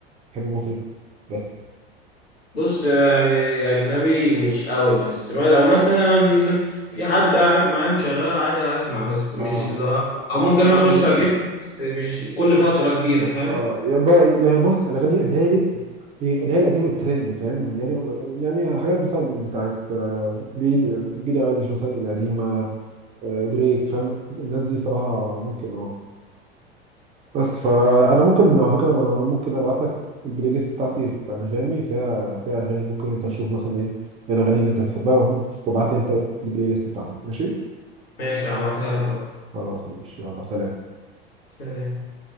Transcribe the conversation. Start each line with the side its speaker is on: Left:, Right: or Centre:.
Right: بتحب مصري بس
Left: بص يعني اجنبي مش قوي بس ما لو مثلا في حد قاعد معايا مشغله عادي هسمع بس مش
Right: اه
Left: اللي هو- او ممكن
Right: اه
Left: انا اخش
Right: مزاجي
Left: اجيبها بس مش كل فترة كبيرة فاهم
Right: اه يا ب- يعني بص الاغاني اللي هي اللي هي القديمه الترند فاهم يعني يعني حاجات مثلا بتاعت آه، بيلي بيلي ايليش مثلا القديمه آه، دريك فاهم الناس دي صراحه ممكن اه بس فانا
Left: تمام
Right: ممكن على فكره ممكن ابعت لك البلاي ليست بتاعتي في انغامي فيها فيها اغاني ممكن انت تشوف مثلا ايه الاغاني اللي انت بتحبها وابعت لي انت البلاي ليست بتاعتك ماشي
Left: ماشي هبعتها لك اهو
Right: خلاص ماشي يلا سلام
Left: سلام